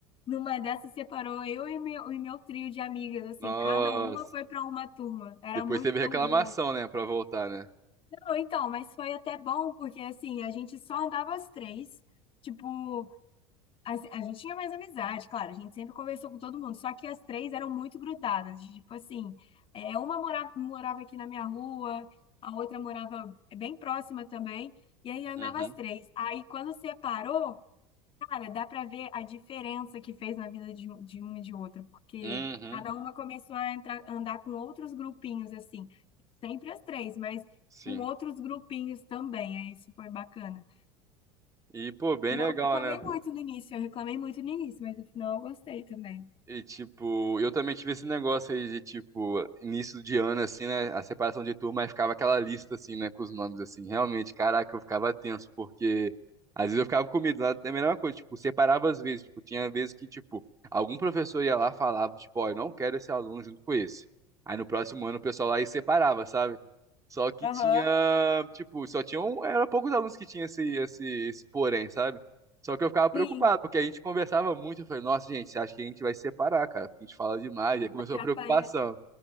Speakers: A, on the left (about 40°); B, on the right (about 20°).
A: numa dessas separou eu e meu, e meu trio de amigas, assim,
B: Nossa.
A: cada uma foi para uma turma. Era
B: Depois
A: muito
B: teve reclamação,
A: ruim.
B: né, pra voltar, né?
A: Não, então, mas foi até bom, porque assim, a gente só andava as três. Tipo, a, a gente tinha mais amizade, claro, a gente sempre conversou com todo mundo, só que as três eram muito grudadas. Tipo assim, é, uma morava, morava aqui na minha rua, a outra morava bem próxima também, e aí andava
B: Uhum.
A: as três. Aí quando separou, Cara, dá para ver a diferença que fez na vida de, um- de uma e de outra, porque
B: Uhum.
A: cada uma começou a entrar, andar com outros grupinhos, assim, sempre as três, mas
B: Sim.
A: com outros grupinhos também, aí isso foi bacana.
B: E, pô, bem
A: E
B: legal,
A: eu reclamei
B: né?
A: muito no início, eu reclamei muito no início, mas no final eu gostei também.
B: E, tipo, eu também tive esse negócio aí de, tipo, início de ano, assim, né? A separação de turma, aí ficava aquela lista, assim, né? Com os nomes, assim. Realmente, caraca, eu ficava tenso, porque às vezes eu ficava com medo. lá É a mesma coisa, tipo, separava às vezes. Tipo, tinha vezes que, tipo, algum professor ia lá e falava, tipo, ó, eu não quero esse aluno junto com esse. Aí no próximo ano o pessoal lá e separava, sabe? Só que
A: Aham.
B: tinha, tipo, só tinha um, era poucos alunos que tinha esse, esse, esse porém, sabe? Só que eu ficava preocupado,
A: Sim,
B: porque a gente conversava muito. Eu falei, nossa, gente, você acha que a gente vai se separar, cara? Porque a gente fala demais. Aí começou
A: atrapalha
B: a preocupação.